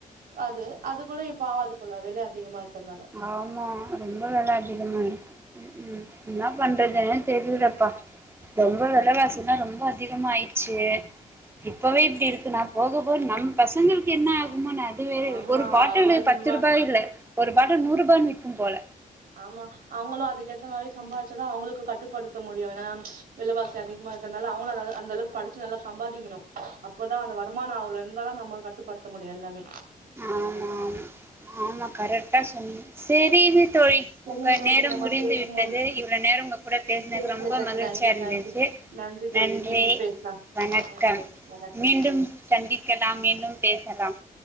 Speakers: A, on the right; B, on the right.
A: அது அது கூட இப்ப ஆவாது போல வெல அதிகமா இருக்கறதுனால
B: ஆமா ரொம்ப வெல அதிகமா இருக்கு ம் ம் என்ன பண்றதுன்னே தெரியிலப்பா ரொம்ப வெலவாசில்லா ரொம்ப அதிகமாயிடுச்சு இப்போவே இப்டி இருக்குன்னா போகபோக நம் பசங்களுக்கு என்ன ஆகுமோன்னு அது வேற
A: ஆமா
B: ஒரு பாட்டுலு
A: அது
B: பத்து
A: நம்ம
B: ரூபா இல்ல வட நூரூபான்னு விக்கு போல
A: ஆமா அவுங்களு அதுக்கேத்த மாரி சம்பாதிச்சதா அவங்களுக்கு கட்டுப்படுத்த முடியு ஏனா வெலவாசி அதிகுமா இருக்கறனால அவங்களு அ அந்த அளவுக்கு படிச்சு நல்லா சம்பாதிக்குணு இப்பதா அந்த வருமானோ அவ்ளோ இருந்தா தா நம்ம கட்டுப்படுத்த முடியு எல்லாமே
B: ஆமா ஆமா ஆமா கரட்டா சொன்னீங்க செரிங்க தோழி
A: சரிங்க
B: உங்க
A: தோழி
B: நேரம்
A: நம்ம
B: முடிந்து
A: பேசும்
B: விட்டது
A: முன்
B: இவ்வளோ நேர உங்க கூட பேச
A: பேசியதற்கு
B: எனக்கு ரொம்ப மகிழ்ச்சியா
A: நன்று
B: இருந்துச்சி
A: நன்றி தோழி
B: நன்றி
A: மீண்டும் பேசலாம்
B: வணக்கம்
A: நன்றி வணக்கம்
B: மீண்டும் சந்திக்கலாம் மீண்டும் பேசலாம்